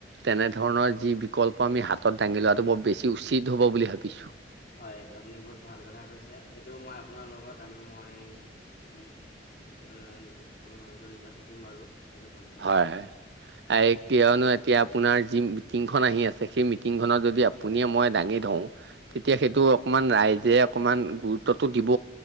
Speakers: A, on the right; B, on the left.
A: তেনে ধৰণৰ যি বিকপ্ল, আমি হাতত দাঙি লোৱাটো বেছি উচিত হ'ব বুলি ভাবিছোঁ।
B: হয়, এইটো আপুনি বহুত ভাল কথা কৈছে, এইটো মই আপোনাৰ লগত মই উম উম, জড়িত থাকিম বাৰু। এইটো কাম কৰাত।
A: হয় হয়, এই
B: হয়,
A: কিয়নো এতিয়া পুনৰ যি মিটিং খন আহি আছে, সেই মিটিং খনত আপুনি মইয়ে দাঙি ধৰোঁ তেতিয়া সেইটো
B: হয়,
A: অকমান ৰাইজে অকমান গুৰুত্বটো দিব,